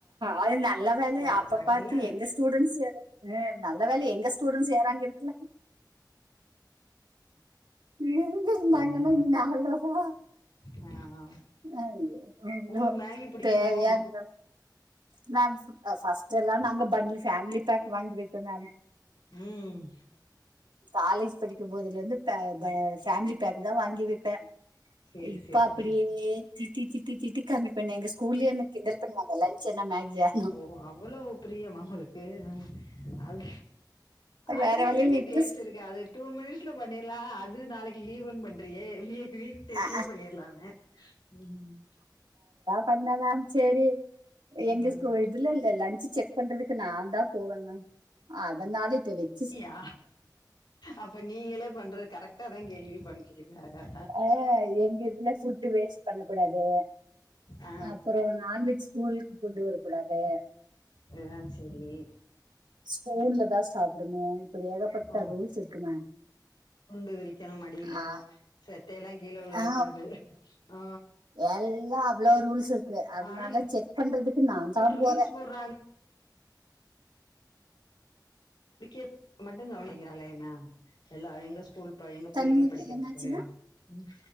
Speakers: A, on the right; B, on the left.
A: அது நல்ல வேல அப்ப
B: மாட்டாங்கல்ல
A: பாத்து எங்க ஸ்டூடெண்ட்ஸ் யாரு ஆ நல்லவேள எங்க ஸ்டூடென்ட்ஸு யாரு அங்க இருக்கல இருந்திருந்தாங்கன்னா
B: ஆ
A: நீங்க அவ்ளோதா
B: ஆமா
A: அயி அதோ
B: உங்களுக்கு மேகி புடிக்குமோ
A: தேவையா இது மேம் ஆ ஃபஸ்ட் எல்லா நாங்க பண்ணி ஃபேமிலி பேக் வாங்கி விப்ப மேம்
B: ம்
A: காலேஜ் படிக்கும் போதுலேருந்து த ப ஃபேமிலி பேக்குதா வாங்கி விப்ப
B: சேரி
A: இப்ப
B: சேரி
A: அப்டியே
B: அ
A: திட்டி திட்டி திட்டி கம்மி பண்ண எங்க ஸ்கூல்லயே என்ன கிண்டல் பண்ணுவாங்க லன்ச் என்ன மேக்ஜா
B: ஓ அவ்வளோ பிரியமா உங்களுக்கு அது அதுல
A: வேற வழியில
B: என்னங்க
A: இப்ப
B: டேஸ்ட் இருக்கு அது டூ மினிட்ஸ்ல பண்ணிர்லா அது நாளைக்கு லீவுன் பண்றியே வீக் டேஸ்லே
A: ஆ ஆ
B: பண்ணிர்லாமே ம்
A: பண்ணலா சேரி எங்க
B: ம்
A: ஸ்கூ இதுல இல்ல லன்ச்சு செக் பண்றதுக்கு நான்தா போவே மேம் அதனால இப்ப வெச்
B: அப்டியா அப்ப நீங்களே பண்றது கரெக்டா தா கேலி பண்றீங்க வேற
A: ஆ எங்க இதுல ஃபுட்டு் வேஸ்ட் பண்ணக் கூடாது
B: ஆ
A: அப்பறோ நான்வெஜ் கூலுக்கு கொண்டு வரக்கூடாது
B: எலலா செரி
A: ஸ்பூன்ல தா சாப்டணு இப்டி ஏகப்பட்ட
B: ஓ
A: ரூல்ஸ் இருக்கு மேம்
B: துண்டு விரிக்கணும் மடியில
A: ஆ
B: செத்தையெல்லா கீழ விழுக
A: ஆ
B: கூடாது ஆ
A: எல்லா அவ்வளோ ரூல்ஸ் இருக்கு அதனால
B: ஆனா
A: செக் பண்றதுக்கு நான்தா
B: இம்புட்டு
A: போற
B: ரூல்ஸ் போட்றாங்க கெட் மட்டு கவனிங்கிறாளே மேம் எல்லா எங்க ஸ்கூல் ப எங்க
A: தண்ணி
B: பிள்ளைங்க படிக்கிற
A: என்னாச்சுன்னா
B: ஸ்கூல்லே எல்லா ம்